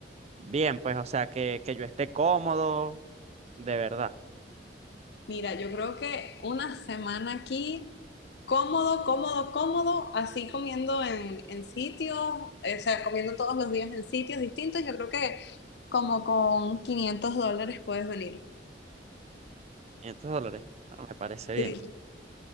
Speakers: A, on the right (about 40°); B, on the left (about 65°).
A: bien, pues, o sea, que, que yo esté cómodo, de verdad.
B: Mira, yo creo que una semana aquí, cómodo, cómodo, cómodo, así comiendo en, en sitios, o sea, comiendo todos los días en sitios distintos, yo creo que como con 500 dólares puedes venir.
A: 500 dólares, ah, me parece bien,
B: Sí.